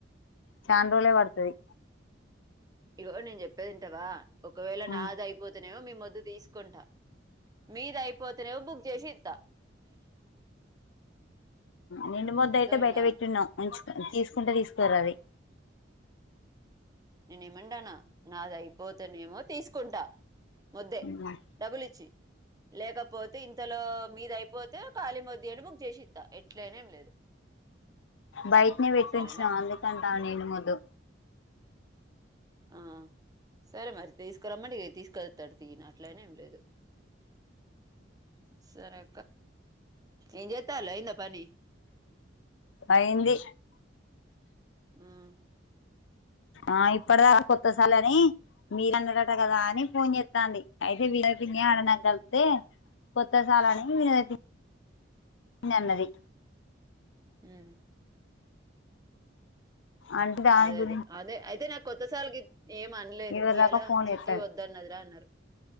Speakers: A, on the left (about 80°); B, on the right (about 20°).
A: చాన్ రోజు లే పడుతది
B: ఇగో నేను చెప్పేది వింటావా ఒకవేళ
A: ఉమ్
B: నాది అయిపోతునేవో మీ మద్దు తీసుకుంటా మీద అయిపోతేనేవో బుగ జషీద్ద
A: నిం మొద్ద
B: అర్థమైందా
A: అయితే బయట పెట్టిన్నాంచ తీసుకుంటే తీసుకోరా అది
B: నిన్న మంటానా నాది అయిపోతే అనేమో తీసుకుంటా ముద్దే
A: ఉమ్
B: డబ్బులిచ్చి లేకపోతే ఇంతలో మీద అయిపోతే ఖాళీ మదుీ అని బుక్ చేసి ఇస్తా ఎట్లనేం లేదు
A: బయటిని పెట్టించిన
B: సరేనా
A: అందుకంటా నేను వధు
B: ఆ సరే మరి తీసుకురమ్మడి తీసుకెళ్తాడు తయన అట్లయినే ఏం లేదు సరే ఇ చెత లేంద పనీ
A: అయింది
B: మ్మ్
A: ఆ ఇప్పుడుదా కొత్త సాల్ అని మీరన్నట కదా అని ఫోన్ చేస్తాంది అయితే నేను ఇదే ఆడ నక్ దొరికితే కొత్త సాల్ నీ అ అది పన్నది
B: మ్మ్
A: అంటే దాని
B: అదే
A: గురించి
B: అదే అదే అయితే నాకు కొత్తసార్కి ఏం అనలేదు
A: ఎవరి
B: ఇవాలా
A: దాకా ఫోన్
B: చిటీ
A: చేత్తది
B: వద్దన్నదిరా అన్నారు